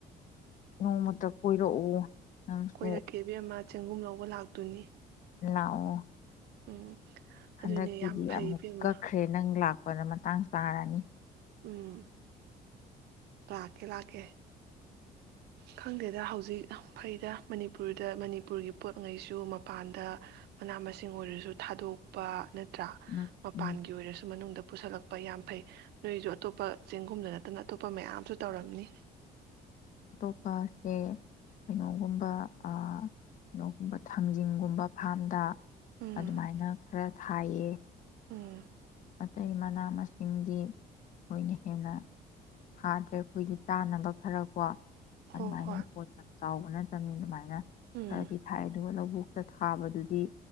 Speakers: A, on the left; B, on the right.
A: ꯅꯣꯡꯃꯇ ꯀꯣꯏꯔꯛꯎ ꯅꯪꯁꯨ
B: ꯑꯩꯈꯣꯏꯅ ꯀꯦꯕꯤ ꯑꯃ ꯆꯦꯡꯒꯨꯝ ꯂꯧ ꯂꯥꯛꯇꯣꯏꯅꯤ
A: ꯅꯎ
B: ꯎꯝ
A: ꯍꯟꯗꯛꯀꯤꯗꯤ
B: ꯑꯗꯨꯅꯦ ꯌꯥꯝ ꯐꯩ
A: ꯑꯃꯨꯛ
B: ꯏꯕꯦꯝꯃ
A: ꯀꯛꯈ꯭ꯔꯦ ꯅꯪ ꯂꯥꯛ ꯑꯩꯈꯣꯏꯅ ꯃꯇꯥꯡ ꯆꯥꯔꯅꯤ
B: ꯎꯝ ꯂꯥꯛꯀꯦ ꯂꯥꯛꯀꯦ ꯈꯪꯗꯦꯗ ꯍꯧꯖꯤꯛ ꯐꯩꯗ ꯃꯅꯤꯄꯨꯔꯗ ꯃꯅꯤꯄꯨꯔꯒꯤ ꯄꯣꯠꯉꯩꯁꯨ ꯃꯄꯥꯟꯗ ꯃꯅꯥ ꯃꯁꯤꯡ ꯑꯣꯏꯔꯁꯨ ꯊꯥꯗꯣꯛꯄ ꯅꯠꯇ꯭ꯔꯥ
A: ꯎꯝ
B: ꯃꯄꯥꯟꯒꯤ
A: ꯎꯝ
B: ꯑꯣꯏꯔꯁꯨ ꯃꯅꯨꯡꯗ ꯄꯨꯁꯜꯂꯛꯄ ꯌꯥꯝ ꯐꯩ ꯅꯣꯏꯁꯨ ꯑꯇꯣꯞꯄ ꯆꯦꯡꯒꯨꯝꯗ ꯅꯠꯇꯅ ꯑꯇꯣꯞꯄ ꯑꯄ ꯃꯌꯥꯝꯁꯨ ꯇꯧꯔꯝꯅꯤ
A: ꯑꯇꯄꯁꯦ ꯀꯩꯅꯣꯒꯨꯝꯕ ꯀꯩꯅꯣꯒꯨꯝꯕ ꯊꯥꯡꯖꯤꯡꯒꯨꯝꯕ ꯐꯥꯔꯝꯗ
B: ꯎꯝ
A: ꯑꯗꯨꯃꯥꯏꯅ ꯈꯔ ꯊꯌꯦ
B: ꯎꯝ
A: ꯑꯇꯩ ꯃꯅꯥ ꯃꯁꯤꯡꯗꯤ ꯑꯩꯣꯏꯅ ꯍꯦꯟꯅ ꯊꯥꯗ꯭ꯔꯦ ꯑꯩꯈꯣꯏꯒꯤ ꯆꯥꯅꯕ ꯈꯔ ꯀꯣ ꯑꯗꯨ
B: ꯍꯣ
A: ꯃꯅ
B: ꯍꯣꯏ
A: ꯄꯇ ꯆꯥꯎꯕ ꯅꯠꯇꯕꯃꯤ ꯑꯗꯨꯃꯥꯏꯅ
B: ꯎꯝ
A: ꯐꯔꯗꯤ ꯊꯥꯏ ꯑꯗꯨ ꯃ ꯂꯧꯕꯛꯇ ꯊꯥꯕꯗꯨꯗꯤ